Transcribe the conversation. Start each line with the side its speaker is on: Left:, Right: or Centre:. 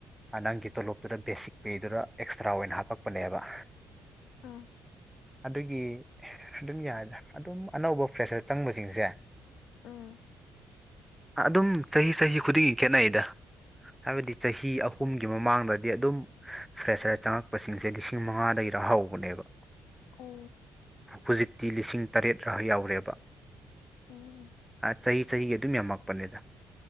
Centre: ꯅꯪꯒꯤ ꯇꯣꯂꯣꯞꯇꯨꯗ ꯕꯦꯁꯤꯛ ꯄꯦꯗꯨꯗ ꯑꯦꯛꯁꯇ꯭ꯔꯥ ꯑꯣꯏꯅ ꯍꯥꯞꯄꯛꯄꯅꯦꯕ
Left: ꯑ
Centre: ꯑꯗꯨꯒꯤ ꯑꯗꯨꯝ ꯌꯥꯏꯗ ꯑꯗꯨꯝ ꯑꯅꯧꯕ ꯐ꯭ꯔꯦꯁꯔ ꯆꯪꯕꯁꯤꯡꯁꯦ꯫
Left: ꯑꯥ
Centre: ꯑꯗꯨꯝ ꯆꯍꯤ ꯆꯍꯤ ꯈꯨꯗꯤꯡꯒꯤ ꯈꯦꯠꯅꯩꯌ‌ꯦꯗ꯫ ꯍꯥꯏꯕꯗꯤ ꯆꯍꯤ ꯑꯍꯨꯝꯒꯤ ꯃꯃꯥꯡꯗꯗꯤ ꯑꯗꯨꯝ꯫ ꯐ꯭ꯔꯦꯔꯁ ꯆꯪꯉꯛꯄꯁꯤꯡꯁꯦ ꯂꯤꯁꯤꯡ ꯃꯉꯥꯗꯩꯔ ꯍꯧꯕꯅꯦꯕ
Left: ꯑꯣ
Centre: ꯍꯨꯖꯤꯛ ꯇꯤ ꯂꯤꯁꯤꯡ ꯇꯔꯦꯠꯔ ꯌꯥꯎꯔꯦꯕ꯫
Left: ꯎꯝ
Centre: ꯑꯥ ꯆꯍꯤ ꯆꯍꯤꯒꯤ ꯑꯗꯨꯝ ꯌꯥꯝꯃꯛꯄꯅꯦꯗ꯫